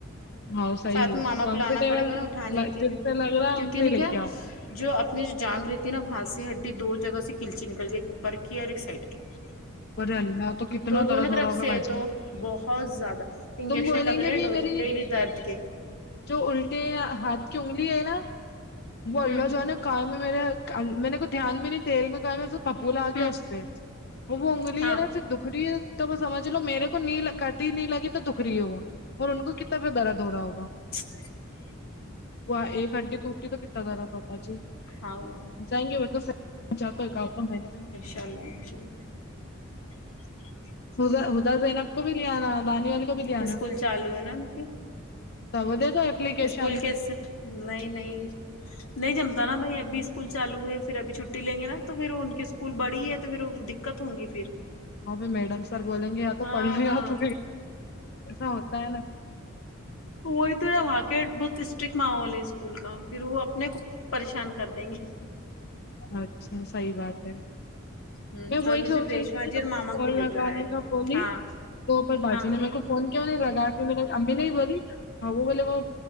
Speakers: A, on the left (about 50°); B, on the left (about 80°).
A: ہاں صحیح
B: ساتھ میں
A: ہے
B: ماما
A: کمفرٹیبل
B: کو لانا پڑے گا نا اٹھانے کے
A: جس
B: لیے
A: سے لگ رہا ہے
B: کیوکہ
A: ان سے
B: نی
A: ہی لے
B: کیا
A: کے آؤ
B: جو اپنی جو جانگ رہتی ہے نا ہاںھ سے ہڈی دو جگہ سے کلچی نکل ایک اوپر کی اور ایک سائڈ کی <inaudible>
A: ارے اللہ کتنا
B: تو دونوں
A: درد ہو
B: طرف
A: رہا ہوگا
B: سے
A: باجی
B: تو بہت زیادہ انجیکشن
A: تم بولیں
B: لگ
A: گے
B: رہے
A: بھی میری
B: ڈیلی درد کے
A: جو الٹے ہاتھ کی انگلی ہے نا وہ اللہ
B: ہوں
A: جانے کان میں میرے میں نے کوئی دھیان بھی نہیں تیل بھی ڈالا پھپولا ا
B: ہوں
A: گیا اس سے وہ انگلی
B: ہاں
A: ہے نا صرف دکھریی ہے تو وہ سمجھ لو میرے کو نہیں لگی تو دکھریی ہے وہ اور ان کو کتنا پہ درد ہو رہا ہوگا
B: ا <inaudible>
A: وھو ایک ہیڈی ٹوٹی تو کتنا درد ہوتا جی
B: ہاں
A: جائینگے بولا تو صحیح جا کر کوئی کام وام ہے نا بھی
B: چلیں چل <inaudible>
A: حدا حدا زینب کو بھی لے آنا دانیل کو بھی لے آنا
B: اسکول چالو ہے نا ان کی
A: ہاں وہ دے دو ایپلیکیشن
B: اسکول کے نہیں نہیں نہیں جمتا نا بھائی ابھی اسکول چالو ہوئے ہے پھر ابھی چھٹی لیں گے نا تو پھر ان کی اسکول بڑی ہے تو پھر وہ دقت ہوں گی پھر
A: ہاں بھئی میڈم سر بولیں گے یا تو
B: ہاں
A: پڑھ نے
B: ہاں
A: آؤ یا تو ایسا ہوتا ہے نا
B: وہی تو نا وہاں کے بہت اسٹرکٹ ماحول ہے اسکول کا پھر وہ اپنے کو پریشان کر دیں گے
A: اچھا صحیح بات ہے
B: ہ
A: میں
B: تو
A: وہی
B: ابھی
A: سوچ
B: صرف ریشما
A: رہی تھی کہ
B: جی
A: تم
B: اور ماما
A: کو کال
B: لے
A: لگانے
B: کر آئے
A: کا بولی
B: ہاں
A: تو پر باجی
B: ہاں
A: نہ میں کو فون کیوں نہیں لگا کہ میں نے امی نہیں بولی ہ وہ بولے وہ